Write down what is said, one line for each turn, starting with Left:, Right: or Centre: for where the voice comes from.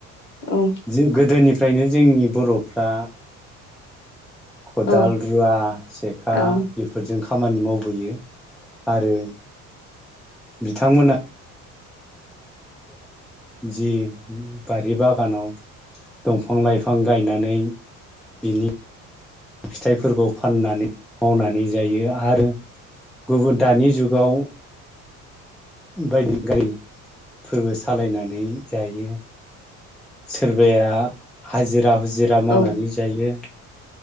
Left: औ
Centre: जे गोदोनिफ्राय ओमफ्रायनो जोंनि बर'फ्रा खदाल
Left: औ
Centre: रुवा सेखा
Left: औ
Centre: बेफोरजों खामानि मावबोयो आरो बिथांमोना जि बारि बागानाव दंफां लाइफां गायनानै बिनि फिथाइफोरखौ फाननानै मावनानै जायो आरो गुबुन दानि जुगाव बायदि गारिफोरबो सालायनानै जायो सोरबाया हाजिरा हुजिरा मावनानै
Left: औ
Centre: जायो